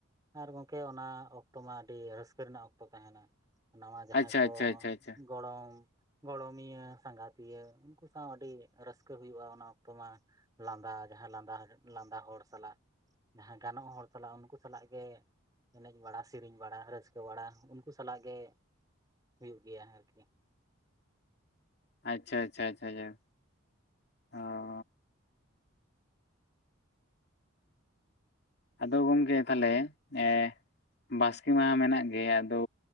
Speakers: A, on the right; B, on the left.
A: ᱟᱨ ᱜᱚᱢᱠᱮ ᱚᱱᱟ ᱚᱠᱛᱚ ᱢᱟ ᱟᱹᱰᱤ ᱨᱟᱹᱥᱠᱟᱹ ᱨᱮᱱᱟᱜ ᱚᱠᱛᱚ ᱛᱟᱦᱮᱱᱟ᱾ ᱱᱟᱣᱟ ᱡᱟᱦᱟᱸᱭ
B: ᱟᱪᱪᱷᱟ
A: ᱠᱚ
B: ᱟᱪᱪᱷᱟ ᱟᱪᱪᱷᱟ ᱟᱪᱪᱷᱟ
A: ᱜᱚᱲᱚᱢ, ᱜᱚᱲᱚᱢᱤᱭᱟᱹ, ᱥᱟᱸᱜᱟᱛᱤᱭᱟᱹ ᱩᱱᱠᱩ ᱥᱟᱶ ᱟᱹᱰᱤ ᱨᱟᱹᱥᱠᱟᱹ ᱦᱩᱭᱩᱜᱼᱟ ᱚᱱᱟ ᱚᱠᱛᱚ ᱢᱟ᱾ ᱞᱟᱸᱫᱟ ᱡᱟᱦᱟᱸᱭ ᱞᱟᱸᱫᱟ ᱞᱟᱸᱫᱟ ᱦᱚᱲ ᱥᱟᱞᱟᱜ᱾ ᱡᱟᱦᱟᱸ ᱜᱟᱱᱚᱜ ᱦᱚᱲ ᱥᱟᱞᱟᱜ ᱩᱱᱠᱩ ᱥᱟᱞᱟᱜ ᱜᱮ, ᱮᱱᱮᱡ ᱵᱟᱲᱟ, ᱥᱮᱨᱮᱧ ᱵᱟᱲᱟ, ᱨᱟᱹᱥᱠᱟᱹ ᱵᱟᱲᱟ ᱩᱱᱠᱩ ᱥᱟᱞᱟᱜ ᱜᱮ ᱦᱩᱭᱩᱜ ᱜᱮᱭᱟ ᱟᱨᱠᱤ᱾
B: ᱟᱪᱪᱷᱟ ᱟᱪᱪᱷᱟ ᱟᱪᱪᱷᱟ ᱟᱪᱪᱷᱟ ᱡᱟᱲᱦᱳᱠ ᱚ ᱟᱫᱚ ᱜᱚᱢᱠᱮ ᱛᱟᱦᱞᱮ ᱮ ᱵᱟᱥᱠᱮ ᱢᱟᱦᱟ ᱢᱮᱱᱟᱜ ᱜᱮ ᱟᱫᱚ